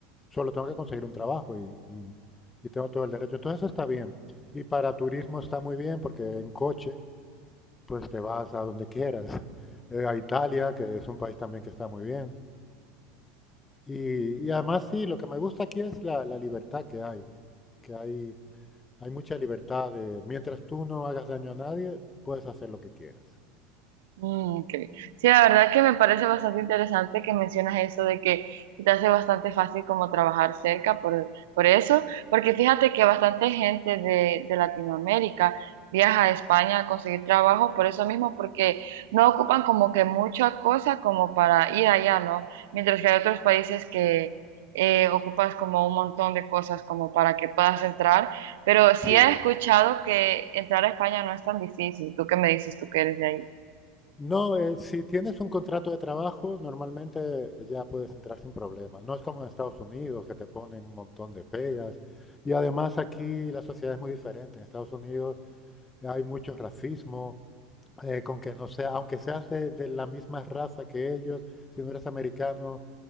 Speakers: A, on the left (about 20°); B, on the right (about 75°).
A: Solo tengo que conseguir un trabajo y, y- y tengo todo el derecho. Entonces eso está bien. Y para turismo está muy bien porque en coche pues te vas a donde quieras. <laughs> Eh, a Italia, que es un país también que está muy bien. Y, y además sí, lo que me gusta aquí es la, la libertad que hay. Que hay, hay mucha libertad de, mientras tú no hagas daño a nadie, puedes hacer lo que quieras.
B: Mm, ok. Sí, la verdad que me parece bastante interesante que mencionas eso de que se te hace bastante fácil como trabajar cerca por, por eso, porque fíjate que bastante gente de, de Latinoamérica viaja a España a conseguir trabajo por eso mismo, porque no ocupan como que mucha cosa como para ir allá, ¿no? Mientras que hay otros países que eh, ocupas como un montón de cosas como para que puedas entrar, pero sí
A: Sí,
B: he escuchado que entrar a España no es tan difícil. ¿Tú qué me dices? ¿Tú que eres de ahí?
A: No, eh, si tienes un contrato de trabajo, normalmente ya puedes entrar sin problemas. No es como en Estados Unidos, que te ponen un montón de pegas. Y además aquí la sociedad es muy diferente. En Estados Unidos hay mucho racismo, eh, con que no sea, aunque seas de, de la misma raza que ellos, si no eres americano,